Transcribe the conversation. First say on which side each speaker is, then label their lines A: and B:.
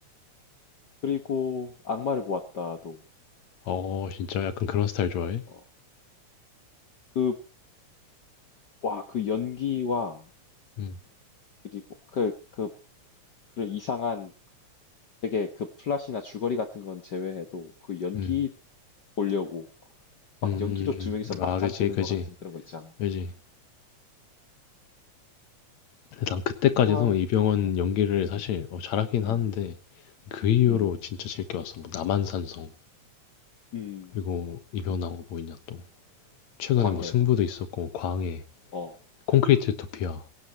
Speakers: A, on the left; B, on the left.
A: 그리고 악마를 보았다도,
B: 어 진짜 약간 그런 스타일 좋아해?
A: 어, 그, 와, 그 연기와,
B: 음,
A: 그리고 그, 그, 그런 이상한 되게 그 플롯이나 줄거리 같은 건 제외해도 그 연기
B: 음,
A: 보려고 막
B: 음, 음,
A: 연기로 두 명이서
B: 음.
A: 맞짱
B: 아 그지,
A: 뜨는
B: 그지,
A: 것 같은 그런 거 있잖아.
B: 그지. 근데 난 그때까지도
A: 그랑,
B: 이병헌
A: 어,
B: 연기를
A: 음,
B: 사실 어, 잘하긴
A: 음,
B: 하는데 그 이후로
A: 음,
B: 진짜 즐겨 왔어. 뭐 남한산성
A: 음,
B: 그리고 이병헌 나온 거 뭐 있냐 또 최근에
A: 광해,
B: 뭐 승부도 있었고 뭐 광해
A: 어,
B: 콘크리트 유토피아